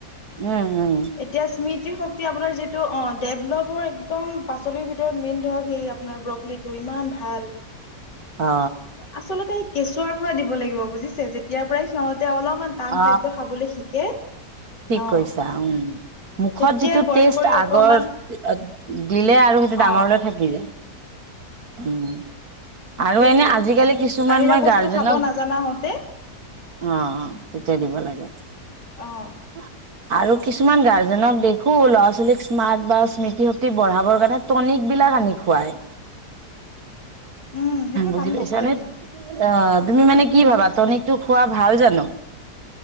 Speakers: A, on the right; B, on the left.
A: উম উম
B: এতিয়া স্মৃতি শক্তি আপোনাৰ যিটো। ত অঁ ডেভলপৰ একদম পাচলিৰ ভিতৰত মেইন ধৰক হেই আপোনাৰ ব্ৰকলি টো ইমান ভাল।
A: অ
B: আচলতে কেঁচুৱাৰ পৰা দিব লাগিব বুজিছে যেতিয়াৰ পৰাই সিহতঁ। অলপমান টান
A: অ
B: খাদ্য খাবলৈ শিকে।
A: ঠিক
B: অ
A: কৈছা উম। মুখত
B: তেতিয়াই
A: যিটো
B: বইল
A: টেষ্ট
B: কৰি অকমান
A: আগত দিলে আৰু সেইটো ডাঙৰলে
B: অ
A: থাকি যায়। উম। আৰু
B: সেইটোৱে
A: এনে আজিকালি কিছুমান
B: বাহিৰা
A: মই
B: বস্তু
A: গাৰ্জেনক।
B: খাব নাজানা হওঁতে
A: অঁ তেতিয়া দিব লাগে।
B: অ
A: উম। আৰু কিছুমান গাৰ্জেনক দেখো ল'ৰা ছোৱালীক স্মাৰ্ট বা স্মৃতি শক্তি বঢ়াবৰ কাৰণে টনিক বি। সানি খুৱায়।
B: উম সেইটো
A: বুজি
B: কাম নকৰে
A: পাইছানে
B: ইমান
A: অঁ তুমি মানে
B: উম
A: কি ভাবা যদি তোক খোৱা ভাল জানো।